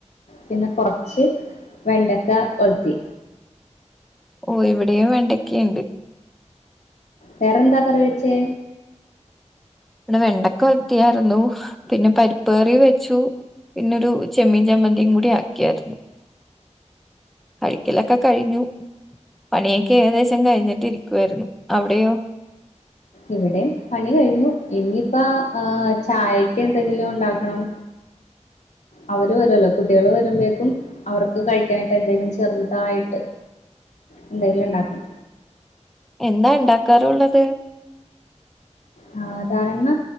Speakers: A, on the left; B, in the centre.
A: പിന്നെ കൊറച്ച് വെണ്ടക്ക ഒൽത്തി.
B: ഓ ഇവിടെയും വെണ്ടക്കെയുണ്ട്.
A: വേറെന്താ കറി വെച്ചേ?
B: ഇവിടെ വെണ്ടക്കെ ഒൽത്ത്യാരുന്നു പിന്നെ പരിപ്പ് കറി വെച്ചു. പിന്നൊരു ചെമ്മീൻ ചമ്മന്തിം കൂടി ആക്കിയായിരുന്നു. കഴിക്കലൊക്കെ കഴിഞ്ഞു പണിയൊക്കെ ഏകദേശം കഴിഞ്ഞിട്ടിരിക്കുവാരുന്നു അവിടെയോ?
A: ഇവിടെയും പണി കഴിഞ്ഞു ഇനിയിപ്പ ആഹ് ചായക്ക് എന്തെങ്കിലും ഉണ്ടാക്കണം. അവര് വരുല്ലോ കുട്ടികള് വരുമ്പോഴേക്കും. അവർക്ക് കഴിക്കാനായിട്ട് എന്തേലും ചെറുതായിട്ട് എന്തെങ്കിലും ണ്ടാക്കണം.
B: എന്താ ണ്ടാക്കാറുള്ളത്?
A: സാധാരണ